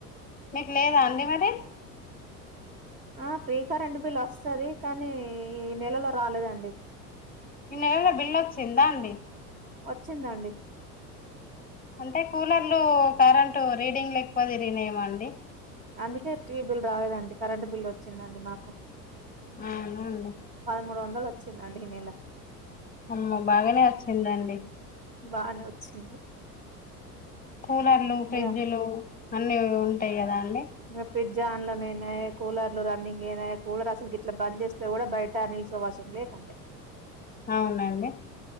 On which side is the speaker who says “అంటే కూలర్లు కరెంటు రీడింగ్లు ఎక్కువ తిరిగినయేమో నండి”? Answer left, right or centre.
Left